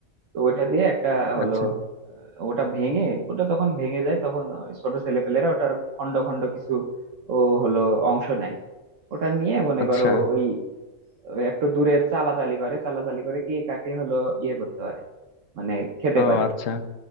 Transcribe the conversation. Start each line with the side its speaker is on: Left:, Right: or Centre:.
Right: তো ওটা দিয়ে একটা হলো
Left: আচ্ছা
Right: আহ, ওটা ভেঙে ওটা তখন ভেঙে যায় তখন ওই ছোট ছেলেপেলেরা ওটার খন্ড খন্ড কিছু ও হলো অংশ নেয় ওটা নিয়ে মনে
Left: আচ্ছা
Right: করো ওই ওই একটু দূরে চালাচালি করে চালাচালি করে কে কাকে হলো ইয়ে করতে পারে মানে খেতে
Left: ও
Right: পারি
Left: আচ্ছা